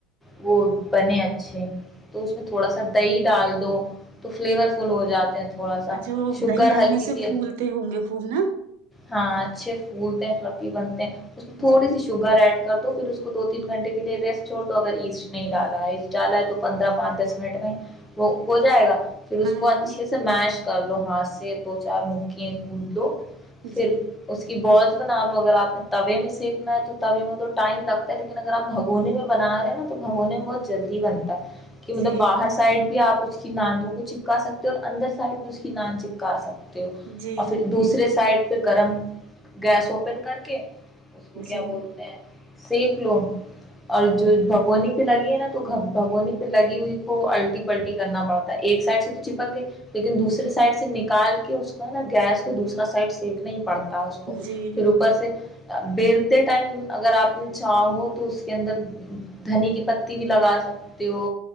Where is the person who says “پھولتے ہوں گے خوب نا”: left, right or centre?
Right